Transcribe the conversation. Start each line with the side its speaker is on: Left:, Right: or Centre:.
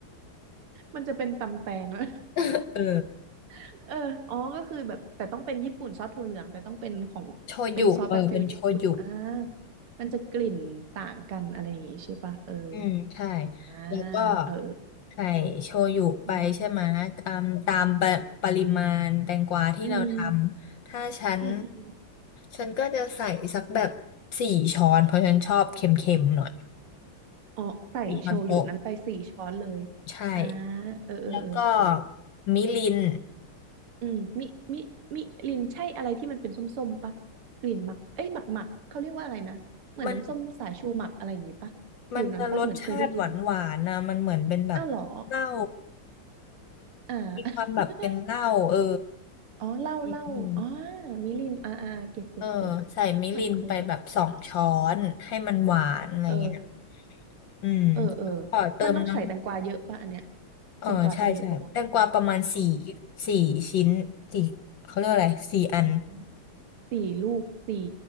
Right: มันจะเป็นตำแตงแล้ว
Left: <laughs> เออ
Right: <laughs> เอออ๋อก็คือแบบแต่ต้องเป็นญี่ปุ่นซอสถั่วเหลืองแต่ต้องเป็นของเป็นซอสแบบฟิลญี่ปุ่นอ่า
Left: โชยุเออเป็นโชยุ
Right: มันจะกลิ่นต่างกันอะไรอย่างงี้ใช่ปะเออ
Left: อืมใช่
Right: อ่า
Left: แล้วก็
Right: เออ
Left: ไข่โชยุไปใช่ไหมอืมตามปะปริมาณแตงกวาที่เราทำถ้าฉัน
Right: อืมอืมอืมอืม
Left: ฉันก็จะใส่สักแบบสี่ช้อนเพราะฉันชอบเค็มๆหน่อย
Right: อ๋อใส่โชยุนั้นไปสี่ช้อนเลย
Left: สี่ช้อนโต๊ะใช่
Right: อ่าเออเออเออโห
Left: แล้วก็มิริน
Right: อืมมิมิมิลินใช่อะไรที่มันเป็นส้มๆปะกลิ่นหมักเอ้ยหมักหมักเขาเรียกว่าอะไรนะเหมือนน้ำส้มสายชูหมักอะไรอย่างงี้ปะฟิลนั้นปะเหมือนเคยได้ยิน
Left: มันมันจะรสชาติหวานหวานนะมันเหมือนเป็นแบบเหล้า
Right: อ้าวเหรออ่า
Left: มีความแบบเป็นเหล้าเออ
Right: <laughs> อ๋อเหล้าเหล้าอ๋อ
Left: นิดนึง
Right: มิลินอ่าอ่าเก็บเก็บเก็บ
Left: เออใส่มิรินไปแบบสองช้อนให้มันหวานอะไรเงี้ย
Right: เหมือนเคยเออ
Left: อืม
Right: เออเออ
Left: กอเติมน้
Right: มันต้องใส่แตงกวาเยอะปะอันเนี้ย
Left: ำ เออใช่ใช่แตงกวาประมาณสี่
Right: แตงกวาต้องเยอะปะวะอ๋อ
Left: สี่ชิ้นสี่เขาเรียกว่าอะไรสี่อัน
Right: อ๋อ สี่ลูกสี่